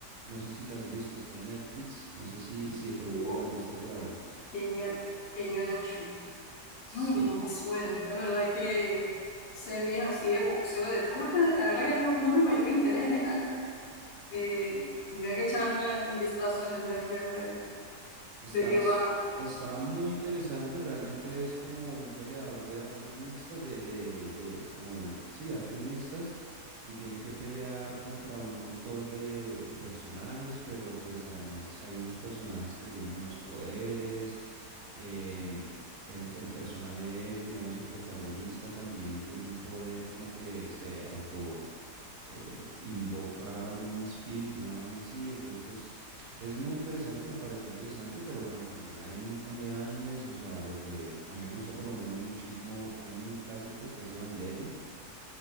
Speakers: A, on the right; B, on the left.
A: No sé si la has visto, está en Netflix, no sé si, si de pronto
B: wow.
A: la has visto por ahí.
B: ¿Quién gana? ¿Quién gana en shoot?
A: Sí.
B: Mm, no me suena. La verdad que sería así de boxeo, de deporte. La verdad que no, no es mi mayor interés en el anime. Eh, tendría que echarle un vistazo en el Netflix a ver
A: Estás,
B: de qué va.
A: está muy interesante, realmente es como un peleador de artes mixtas, de, de, de, como de- sí, de artes mixtas, y tiene que pelear contra un montón de, de personajes, pero pues además hay unos personajes que tienen unos poderes, em, el, el personaje, digamos, el protagonista también tiene un poder como que se auto... eh, invoca un espíritu, una vaina así, entonces pues es muy interesante, me pareció interesante, pero bueno, también hay un montón de animes, o sea, desde, a mí me gusta por lo menos muchísimo uno muy clásico que es Evangelion.